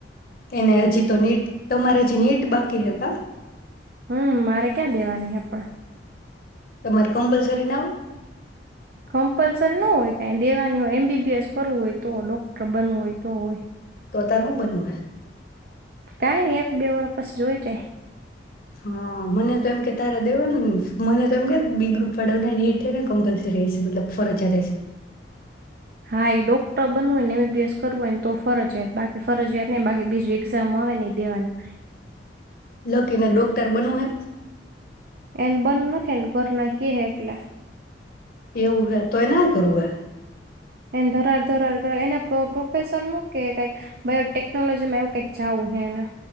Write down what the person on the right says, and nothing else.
હમ્મ મારે ક્યાં દેવાની હે પણ.
કમ્પલસરી ના હોય કંઈ દેવાની હોય. એમબીબીએસ કરવું હોય તો ડોક્ટર બનવું હોય તો હોય.
કંઈ નઈ, એક બે વાર પછી જોઈ જાય.
ભાઈ, ડોક્ટર બનવું હોય ને એમબીબીએસ કરવું હોયને તો ફરજિયાત. બાકી ફરજિયાત નઈ, બાકી બીજું એક્ઝામ આવે નહીં દેવાની.
એને મન નથી એન ધરના કે એટલે
એને ધરાડ ધરાડ કરાય, એના પ્રો પ્રોફેસર નું કે કાઈક બાયોટેકનોલોજીમાં એવું કાઈક જાવું હે એને.